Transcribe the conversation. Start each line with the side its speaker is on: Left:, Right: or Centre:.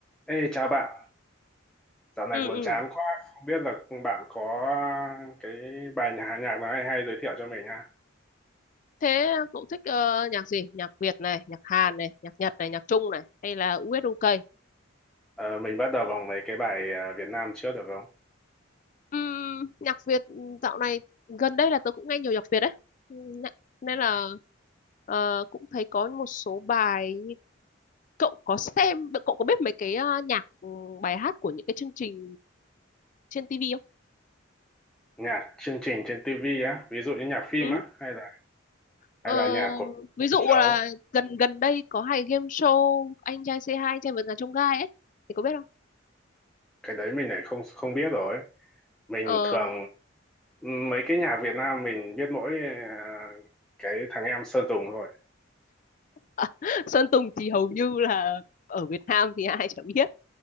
Centre: Ê, chào bạn, dạo này
Left: ừ
Centre: buồn
Left: ừ
Centre: chán quá, không biết là bạn có cái bài nhà nhạc nào hay hay giới thiệu cho mình ha.
Left: thế cậu thích ờ, nhạc gì nhạc Việt này nhạc Hàn này nhạc Nhật này nhạc Trung này hay là US UK
Centre: Ờ, mình bắt đầu bằng mấy cái bài à, Việt Nam trước được không?
Left: Ừm, nhạc Việt dạo này gần đây là tớ cũng nghe nhiều nhạc Việt đấy Ừm, nè- nên là ờ, cũng thấy có một số bài cậu có xem cậu có biết mấy cái ờ, nhạc ừ, bài hát của những cái chương trình trên TV không
Centre: Nhạc chương trình trên TV á, ví dụ như nhạc phim
Left: ừ.
Centre: á, hay là
Left: Ờ,
Centre: hay là nhạc của
Left: ví dụ
Centre: show,
Left: là gần gần đây có hay game show anh trai C2 anh trai vượt ngàn chông gai ấy thì có biết không
Centre: cái đấy mình lại không không biết rồi. Mình
Left: Ờ
Centre: thường mấy cái nhạc Việt Nam mình biết mỗi à, cái thằng em Sơn Tùng thôi.
Left: <laughs> Sơn Tùng thì hầu như là ở Việt Nam thì ai chả biết